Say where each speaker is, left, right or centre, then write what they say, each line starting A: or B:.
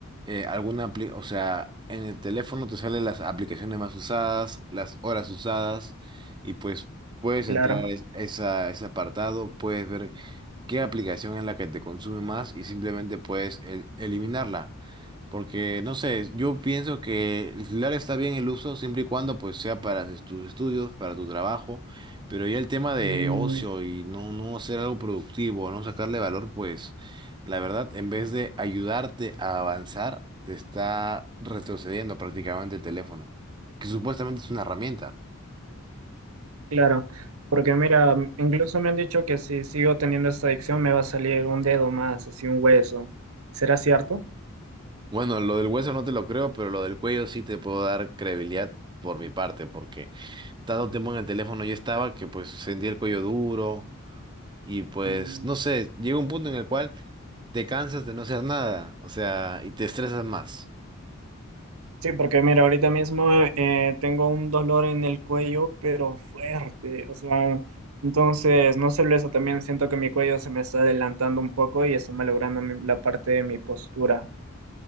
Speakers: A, on the right (about 20°); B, on the right (about 85°).
A: eh, alguna apli- o sea, en el teléfono te salen las aplicaciones más usadas, las horas usadas, y pues puedes
B: Claro,
A: entrar a es- esa- ese apartado, puedes ver qué aplicación es la que te consume más y simplemente puedes el- eliminarla. Porque, no sé, yo pienso que el celular está bien el uso siempre y cuando pues sea para tus tus estudios, para tu trabajo, pero ya el tema de
B: Mm,
A: ocio y no, no hacer algo productivo, no sacarle valor, pues la verdad, en vez de ayudarte a avanzar, te está retrocediendo prácticamente el teléfono, que supuestamente es una herramienta.
B: claro. Porque mira, incluso me han dicho que si sigo teniendo esta adicción me va a salir un dedo más, así un hueso. ¿Será cierto?
A: Bueno, lo del hueso no te lo creo, pero lo del cuello sí te puedo dar credibilidad por mi parte, porque tanto tiempo en el teléfono yo estaba que pues sentía el cuello duro Y pues,
B: Mm,
A: no sé, llega un punto en el cual te cansas de no hacer nada, o sea, y te estresas más.
B: Sí, porque mira, ahorita mismo eh, tengo un dolor en el cuello, pero fuerte, o sea, entonces, no solo eso, también siento que mi cuello se me está adelantando un poco y está malogrando mi- la parte de mi postura.